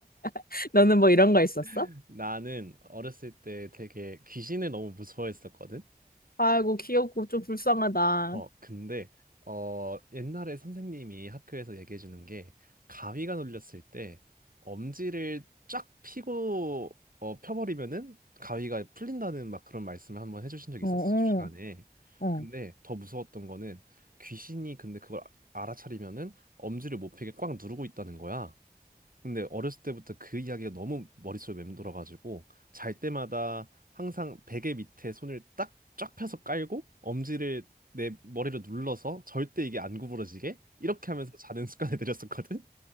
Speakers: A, on the left; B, on the right.
A: <laughs> 너는 뭐 이런 거 있었어?
B: <laughs> 나는 어렸을 때 되게 귀신을 너무 무서워했었거든.
A: 아이고 귀엽고 좀 불쌍하다.
B: 어, 근데 어 옛날에 선생님이 학교에서 얘기해 주는 게 가위가 눌렸을 때 엄지를 쫙 펴고 어 펴버리면은 가위가 풀린다는 막 그런 말씀을 한번 해주신 적이
A: 어,
B: 있었어
A: 어,
B: 수업 시간에.
A: 어.
B: 근데 더 무서웠던 거는 귀신이 근데 그걸 알아차리면은 엄지를 못 펴게 꽉 누르고 있다는 거야. 근데 어렸을 때부터 그 이야기가 너무 머릿속에 맴돌아가지고 잘 때마다 항상 베개 밑에 손을 딱 쫙 펴서 깔고 엄지를 내 머리를 눌러서 절대 이게 안 구부러지게 이렇게 하면서 자는 <laughs> 습관을 들였었거든.